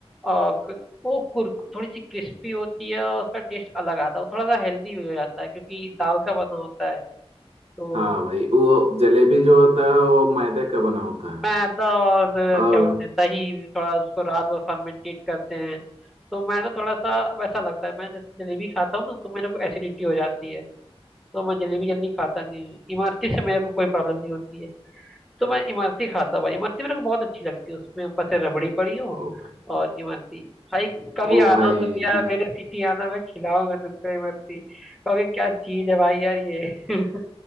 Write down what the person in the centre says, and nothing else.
और क- वो कुर थोड़ी सी क्रिस्पी होती है और उसका टेस्ट अलग आता है वो थोड़ा सा हेल्दी हो जाता है क्योंकि दाल का बना होता है तो
मैदा और अ,
क्या बोलते हैं दही थोड़ा उसको रात भर फर्मेंटेट करते हैं तो मैदा थोड़ा सा वैसा लगता है मैं जैसे जलेबी खाता हूँ ना तो मेरे को एसिडिटी हो जाती है तो मैं जलेबी जल्दी खाता नहीं हूँ। इमरती से मेरे को कोई प्रॉब्लम नहीं होती है तो मैं इमरती खाता हूँ भाई इमरती मेरे को बहुत अच्छी लगती है उसमें ऊपर से रबड़ी पड़ी हो
और इमरती भाई कभी
आना
हो तुम यार
मेरे सिटी आना मैं खिलाऊंगा तुमको इमरती कहोगे क्या चीज है भाई यार ये <laughs>